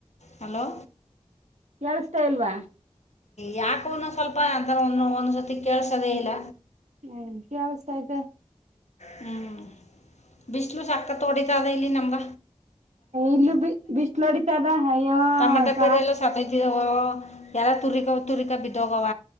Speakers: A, on the left (about 75°); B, on the right (about 80°).
A: ಹಲೋ
B: ಎಳ್ಿಸತಾ ಇಲ್ವಾ
A: ಯಾಕುನು ಸ್ವಲ್ಪ ಅಂತರ ಒಂದ್ಸತಿ ಕೇಳಸದೆೇ ಇಲ್ಲ
B: ಹ್ಮ್ ಕೇಳ್ಸ್ತಾತೆ
A: ಹ್ಮ್ ವಿಷ್ಣು ಸಾಕ್ ತೋಡಿತದ ಇಲ್ಲಿ ನಮ್ಗ
B: ಇಲ್ಲ ಬಿಸ್ಲುಡಿತದ ಅಯ್ಯೋ
A: ಟಮಟ
B: ಸಾ
A: ಪೇರೆ ಎಲ್ಲ ಸತ್ತೋಯ್ತಿದಾವೋ ಎಲ್ಲ ತುರಿಕ ತುರಿಕಾ ಬಿದ್ದೋಗವ